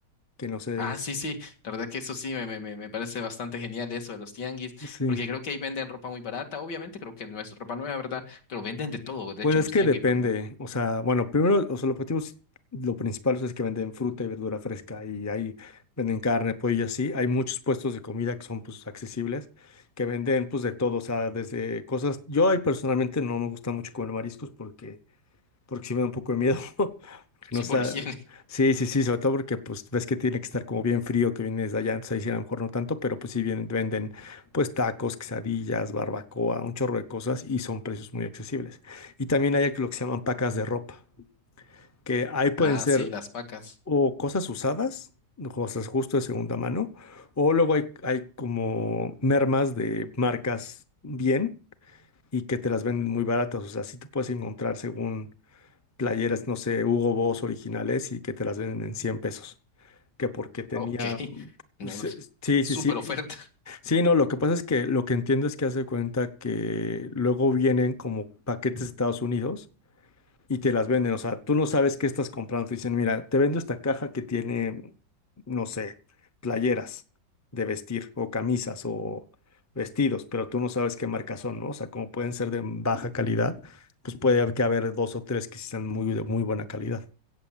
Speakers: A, on the left; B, on the left.
A: que no sé,
B: Ah,
A: es-
B: sí, sí, la verdad que eso sí me, me, me me parece bastante genial eso de los tianguis,
A: Sí,
B: porque creo que ahí venden ropa muy barata, obviamente creo que no es ropa nueva, ¿verdad? Pero venden de todo, de
A: pues
B: hecho,
A: es
B: en los
A: que
B: tianguis,
A: depende,
B: ¿verdad? <laughs>
A: o sea, bueno, primero, o sea, el objetivo es, lo principal o sea, es que venden fruta y verdura fresca y ahí venden carne, pollo y así, hay muchos puestos de comida que son pues accesibles, que venden pues de todo, o sea, desde cosas, yo ahí personalmente no me gusta mucho comer mariscos porque, porque sí me da un poco de miedo, <laughs>
B: Sí,
A: No sa-
B: por la higiene.
A: Sí, sí, sí, sobre todo porque pues ves que tiene que estar como bien frío que viene desde allá, entonces ahí sí a lo mejor no tanto, pero pues sí vienen, venden pues tacos, quesadillas, barbacoa, un chorro de cosas y son precios muy accesibles. Y también hay lo que se llaman pacas de ropa, que ahí pueden
B: Ah,
A: ser
B: sí, las pacas.
A: o cosas usadas, cosas justo de segunda mano, o luego hay, hay como mermas de marcas bien y que te las venden muy baratas, o sea, sí te puedes encontrar según playeras, no sé, Hugo Boss originales y que te las venden en 100 pesos. Que porque tenía.
B: Ah, Ok, <laughs>
A: mm, pues,
B: no,
A: es- sí,
B: súper
A: sí, sí.
B: oferta.
A: Sí, no, lo que pasa es que lo que entiendo es que hace cuenta que luego vienen como paquetes de Estados Unidos y te las venden. O sea, tú no sabes qué estás comprando. Te dicen, mira, te vendo esta caja que tiene, no sé, playeras de vestir o camisas o vestidos, pero tú no sabes qué marca son, ¿no? O sea, como pueden ser de baja calidad, pues puede haber que haber dos o tres que sí sean muy de muy buena calidad.